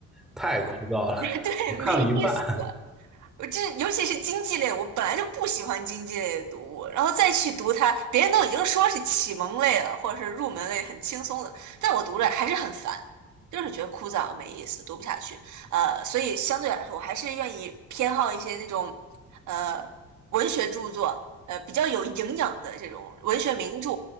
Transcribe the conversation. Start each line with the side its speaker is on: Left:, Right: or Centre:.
Centre: 太枯燥了，
Right: <laughs> 对，
Centre: 我看了一半。
Right: 没意思。我这尤其是经济类，我本来就不喜欢经济类的读物，然后再去读它，别人都已经说是启蒙类了，或者是入门类很轻松的，但我读着还是很烦，就是觉得枯燥没意思，读不下去。呃，所以相对来说，我还是愿意偏好一些那种呃文学著作，呃比较有营养的这种文学名著。